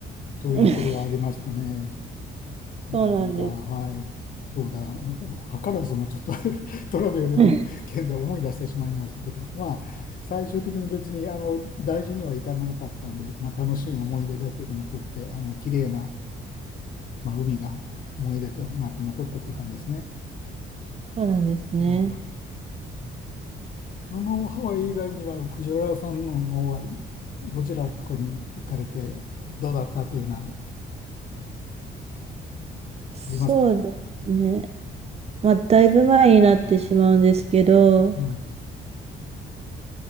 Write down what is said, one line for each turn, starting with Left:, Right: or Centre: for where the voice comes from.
Left: というようなことがありましたね。
Right: ー
Left: なんか、
Right: そうなんです。
Left: はい、そうだ、図らずもちょっと <laughs> トラベルの件で思い出してしまいましたけど、
Right: <laughs>
Left: まあ、最終的に別にあの大事には至らなかったんで、まあ、楽しい思い出だけが残って、あの綺麗な、まあ、海が思い出となって残ったっていう感じですね。
Right: そうなん <laughs> ですね。
Left: はい、そのハワイ以外には、藤原さんの方はどちらとかに行かれて、どうだったというのは
Right: そうですね。
Left: ありますか
Right: まあ、だいぶ前になってしまうんですけど、
Left: うん。